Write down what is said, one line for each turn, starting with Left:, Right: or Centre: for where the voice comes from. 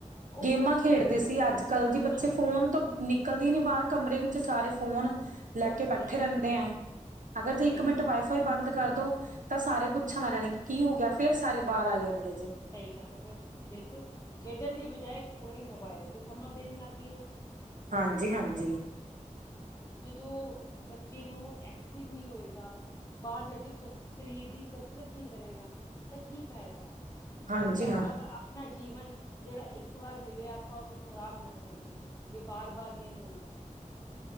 Left: ਉਹ
Right: ਗੇਮਾਂ
Left: ਹੁਣ
Right: ਖੇਡਦੇ
Left: ਅੱਜ ਕੱਲ
Right: ਸੀ,
Left: ਬੱਚੇ
Right: ਅੱਜ ਕੱਲ ਜੀ
Left: ਗੇਮਾਂ
Right: ਬੱਚੇ
Left: ਖੇਡਦੇ
Right: ਫੋਨ ਤੋਂ ਨ ਨਿਕਲਦੀ ਨੀ ਬਾਹਰ, ਕਮਰੇ ਵਿੱਚ ਸਾਰੇ ਫੋਨ ਲੈ ਕੇ ਬੈਠੇ
Left: ਸਹੀ ਗੱਲ
Right: ਰਹਿੰਦੇ
Left: ਹੈ,
Right: ਆਂ, ਅਗਰ ਜੇ
Left: ਸਹੀ
Right: ਇੱਕ
Left: ਗੱਲ
Right: ਮਿੰਟ
Left: ਹੈ,
Right: ਵਾਈਫਾਈ ਬੰਦ ਕਰਦੋ ਤਾਂ ਸਾਰੇ ਪੁੱਛਣ ਲਗ ਜਾਣੇਗੇ ਕੀ ਹੋ ਗਿਆ, ਫੇਰ ਸਾਰੇ ਬਾਹਰ ਆ ਜਾਣਗੇ ਜੇ
Left: ਸਹੀ ਗੱਲ ਹੈ ਬਸ ਬਿਲਕੁਲ ਖੇਡਣ ਦੀ ਬਜਾਏ, ਔਹੀ ਮੋਬਾਇਲ ਤੇ ਸਮਾਂ ਦੇਣ ਲੱਗ ਗਈ ਹੈ
Right: ਹਾਂਜੀ ਹਾਂਜੀ
Left: ਜਦ ਔ ਬੱਚੇ ਨੂੰ ਐਕਟਿਵ ਨਹੀਂ ਹੋਏਗਾ ਬਾਹਰ ਜਾ ਕੇ ਕ ਸਰੀਰ ਦੀ ਕਸਰਤ ਨਹੀਂ ਕਰੇਗਾ, ਤਾਂ ਕੀ ਫਾਇਦਾ
Right: ਹਾਂਜੀ
Left: ਕਹਿੰਦੇ ਆਪਾਂ
Right: ਹਾਂ
Left: ਆਪਣਾ ਜੀਵਨ ਜਿਹੜਾ ਇੱਕ ਵਾਰ ਮਿਲਿਆ, ਆਪਾਂ ਉਹਨੂੰ ਖਰਾਬ ਨਾ ਕਰੀਏ, ਇਹ ਬਾਰ ਬਾਰ ਨਹੀਂ ਮਿਲਦਾ